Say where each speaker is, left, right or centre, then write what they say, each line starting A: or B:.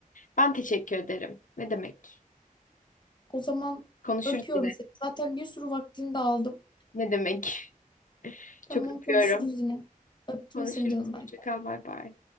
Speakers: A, on the left; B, on the left.
A: Ben teşekkür ederim. Ne demek?
B: O zaman
A: Konuşuruz
B: öpüyorum
A: yine.
B: seni. Zaten bir sürü vaktini de aldım.
A: Ne demek? <laughs>
B: Tamam
A: Çok öpüyorum.
B: konuşuruz yine. Öptüm
A: Konuşuruz.
B: seni canım. Bay.
A: Hoşça kal. Bay bay.